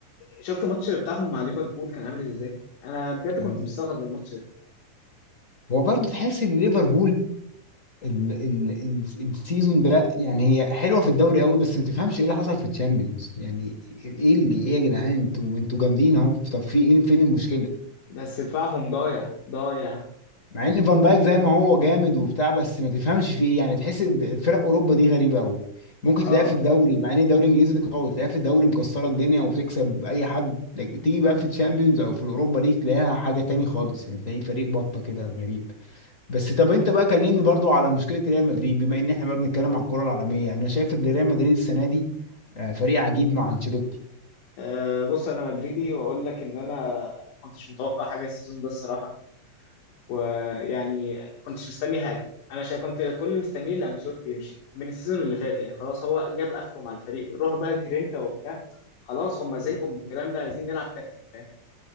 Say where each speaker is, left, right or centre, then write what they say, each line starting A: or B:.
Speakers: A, on the left; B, on the left.
A: شفت الماتش بتاعهم مع ليفربول كان عامل ازاي انا بجد
B: تمام.
A: كنت مستغرب الماتش ده
B: هو برضه تحس ان ليفربول ال ال ال السيزون ده يعني هي حلوه في الدوري قوي بس ما تفهمش ايه اللي حصل في الشامبيونز يعني ايه اللي ايه يا جدعان انتوا انتوا جامدين اهو طب في ايه فين المشكله
A: بس دفاعهم ضايع ضايع
B: مع ان فان دايك زي ما هو جامد وبتاع بس ما تفهمش في ايه يعني تحس إن فرق اوروبا دي غريبه قوي ممكن
A: اه
B: تلاقيها في الدوري مع ان الدوري الانجليزي قوي تلاقيها في الدوري مكسره الدنيا وبتكسب اي حد لك- تيجي بقى في تشامبيونز او في الاوروبا ليج تلاقيها حاجه تاني خالص يعني تلاقي فريق بطه كده غريب بس طب انت بقى كلمني برضو على مشكله ريال مدريد بما ان احنا بقى بنتكلم على الكره العالميه انا شايف ان ريال مدريد السنه دي آه، فريق عجيب مع انشيلوتي
A: آه، بص انا مدريدي واقول لك ان انا ما كنتش متوقع حاجه السيزون ده الصراحه ويعني ما كنتش مستني حاجه انا شا كنت كل اللي مستنيه اللي انشيلوتي يمشي من السيزون اللي فات يعني خلاص هو جاب اخره مع الفريق روح بقى جرينتا وبتاع خلاص هم زهقوا من الكلام ده عايزين نلعب تكتيك فاهم